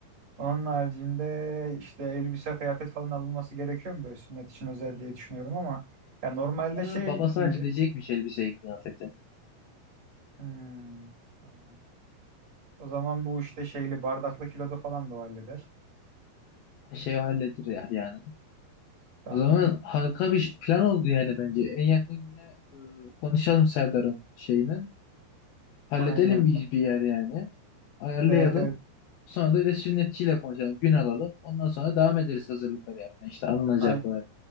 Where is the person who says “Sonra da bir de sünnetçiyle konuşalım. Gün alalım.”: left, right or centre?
Left